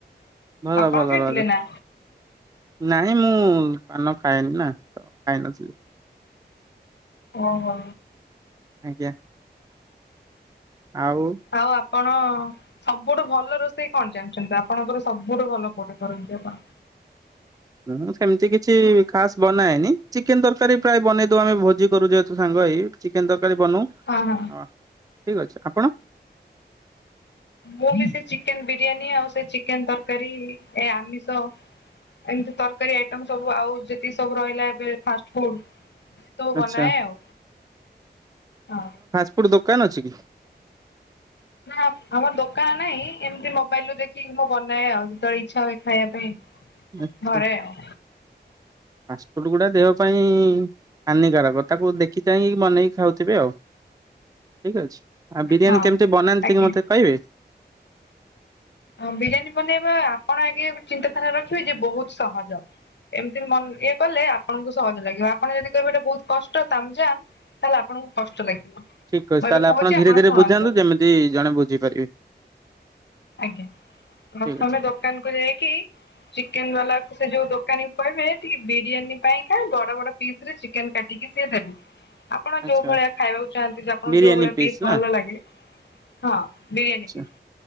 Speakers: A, on the right; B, on the left.
A: ଭଲ
B: ଆପଣ
A: ଭଲ
B: ଖାଇଥିଲେ
A: ରଜ
B: ନା?
A: ନାଇଁ ମୁଁ ପାନ ଖାଏନି ନା ତ ଖାଇନଥିଲି।
B: ଓ ହୋ।
A: ଆଜ୍ଞା। ଆଉ
B: ଆଉ ଆପଣ ସବୁଠୁ ଭଲ ରୋଷେଇ କଣ ଜାଣିଛନ୍ତି ଆପଣଙ୍କର ସବୁଠୁ ଭଲ କୋଟା କରନ୍ତି ଆପଣ?
A: ମୁଁ ସେମିତି କିଛି ଖାସ୍ ବନାଏନି। ଚିକେନ ତରକାରୀ ପ୍ରାୟ ବନେଇ ଦିଏ। ଆମେ ଭୋଜି କରୁ ଯେହେତୁ ସାଙ୍ଗ ହେଇକି। ଚିକେନ ତରକାରୀ ବନଉ।
B: ହଁ ହଁ
A: ହଁ ଠିକ ଅଛି। ଆପଣ?
B: ମୁଁ ବି ସେ ଚିକେନ ବିରିୟାନୀ, ଆଉ ସେ ଚିକେନ ତରକାରୀ, ଏ ଆମିଷ ଏମିତି ତରକାରୀ ଆଇଟମ୍ ସବୁ, ଆଉ ଯେତିକି ସବୁ ରହିଲା ଏବେ ଫାଷ୍ଟ ଫୁଡ ସବୁ
A: ଆଚ୍ଛା
B: ବନାଏ ଆଉ। ହଁ।
A: କୋଉଠି ଦୋକାନ ଅଛି କି?
B: ନା ଆମର ଦୋକାନ ନାହିଁ ଏମିତି ମୋବାଇଲରୁ ଦେଖିକି ମୁଁ ବନାଏ ଆଉ। ଯେତେବେଳେ ଇଚ୍ଛା ହୁଏ ଖାଇବା ପାଇଁ।
A: ଆଚ୍ଛା।
B: ଘରେ ଆଉ
A: ଫାଷ୍ଟଫୁଡ ଗୁଡା ଦେହ ପାଇଁ ହାନିକାରକ। ତାକୁ ଦେଖି ଚାହିଁକି ବନେଇକି ଖାଉଥିବେ ଆଉ। ଠିକ ଅଛି? ଆଉ ବିରିୟାନୀ
B: ହଁ
A: କେମିତି ବନାନ୍ତି
B: ଆଜ୍ଞା।
A: ଟିକେ ମତେ କହିବେ?
B: ହଁ ବିରିୟାନୀ ବନେଇବା ଆପଣ ଆଗେ ଚିନ୍ତାଧାରା ରଖିବେ ଯେ ବହୁତ ସହଜ। ଏମିତି ମ ଏ କଲେ ଆପଣଙ୍କୁ ସହଜ ଲାଗିବ ଆପଣ ଯଦି କହିବେ ଗୋଟେ ବହୁତ କଷ୍ଟ ତାମ୍ଜାମ୍ ତାହେଲେ ଆପଣଙ୍କୁ କଷ୍ଟ ଲାଗିବ।
A: ଠିକ ଅଛି
B: ମୁଁ
A: ତାହେଲେ
B: ଏବେ କହୁଛି
A: ଆପଣ ଧୀରେ ଧୀରେ
B: ଶୁଣନ୍ତୁ
A: ବୁଝାନ୍ତୁ ଯେମିତି ଜଣେ ବୁଝିପାରିବେ।
B: ଆଜ୍ଞା। ପ୍ରଥମେ
A: ଠିକ ଅଛି।
B: ଦୋକାନ କୁ ଯାଇକି ଚିକେନ ବାଲା କ ସେ ଯୋଉ ଦୋକାନୀ କୁ କହିବେ ଟିକେ ବିରିୟାନୀ ପାଇଁ କହି ବଡ ବଡ ପିସ୍ରେ ଚିକେନ୍ କାଟିକି ସିଏ ଦେବେ। ଆପଣ
A: ଆଚ୍ଛା
B: ଯୋଉ ଭଳିଆ ଖାଇବାକୁ ଚାହାଁନ୍ତି ଆପଣଙ୍କୁ
A: ବିରିୟାନୀ
B: ଯୋଉ ଭଳିଆ ପିସ୍
A: ନା
B: ଭଲ ଲାଗେ ହଁ ବିରିୟାନୀ
A: ଆଚ୍ଛା
B: ପିସ୍।